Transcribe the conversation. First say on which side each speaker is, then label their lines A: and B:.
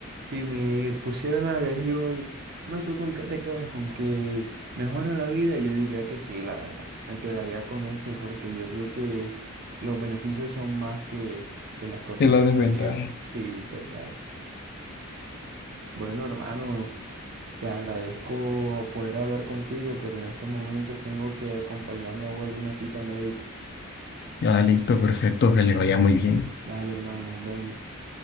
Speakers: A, on the right; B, on the left.
A: si me pusieran a elegir hoy, no, tú con qué te quedas, con que mejora la vida, yo diría que sí, la verdad. Me quedaría con eso, porque yo creo que los beneficios son más que, que las cosas
B: Es la
A: negativas.
B: desventaja.
A: Sí, total. Bueno, hermano, te agradezco poder hablar contigo, pero en estos momentos tengo que acompañar a mi abuelo a una cita médica.
B: Ah, listo, perfecto, que les vaya muy bien.
A: Dale, hermano, nos vemos.